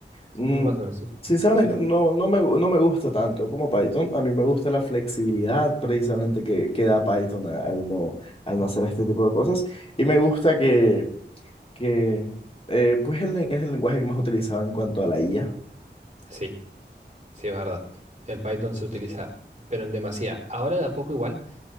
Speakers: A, on the left (about 30°); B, on the right (about 40°).
A: Mm,
B: más o menos sí.
A: sinceramente,
B: Sí,
A: no, no me, gu- no me gusta tanto como Python. A mí me gusta la flexibilidad precisamente que, que da Python a- al no, al no hacer este tipo de cosas. Y me gusta que, que eh, pues el len- es el lenguaje que más utilizado en cuanto a la IA.
B: sí. Sí, es verdad. El Python se utiliza, pero en demasía. Ahora de a poco igual,